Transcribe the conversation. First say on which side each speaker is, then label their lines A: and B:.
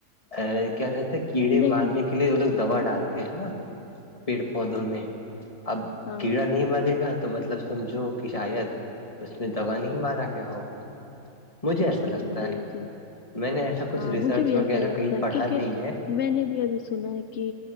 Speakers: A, on the left; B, on the left.
A: ا کیا رہتے کیڑے
B: نہیں
A: مارنے کے لیے وہ لوگ دوا ڈالتے ہے نا پیڑ پودوں میں اب
B: ہاں،
A: کیڑا نہیںم دے گا تو مطلب سمجھو کہ شاید اس میں دوا نہیں مارا کیا ہوگا مجھے ایسا لگتا
B: جی،
A: ہے
B: جی،
A: میں نے ایسا کچھ
B: ہاں،
A: ریسرچ
B: مجھے بھی
A: وغیرہ
B: ایسا لگتا
A: کہیں
B: ہے
A: پڑھا
B: کیونکہ
A: نہیں ہے
B: میں نے بھی ابھی سنا ہے کہ